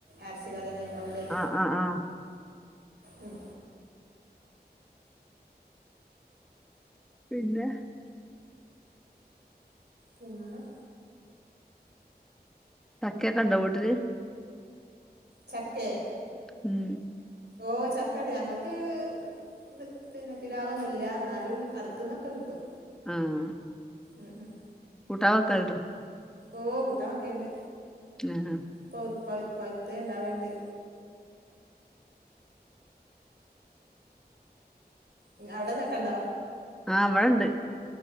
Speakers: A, on the right; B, in the centre.
A: എർച്ചി കറ്യെന്നെയ് ആവുലേ.
B: ആഹ് ആഹ്
A: ഉം
B: പിന്നെ
A: പിന്നെ
B: ചക്കെക്കെണ്ടോ വീട്ട്ല്?
A: ചക്കേ
B: ഉം
A: ഓഹ് ചക്കണ്ട് ഞങ്ങക്ക് <unintelligible> പിന്നെ പിലാവൊന്നുല്ല ന്നാലും അട്ത്ത്ന്നൊക്കെ കിട്ടും.
B: ആഹ്
A: ഉം ഉം
B: കൂട്ടാ വെക്കൽണ്ടോ?
A: ഓഹ് കൂട്ടാ വെക്കെണ്ട്.
B: ഉം ഉം
A: പൊവ് പഴ് പഴ്ത്തെണ്ടാവേണ്ട്. ഉം അവടെ ചക്കണ്ടോ?
B: ആഹ് ഇവടെണ്ട്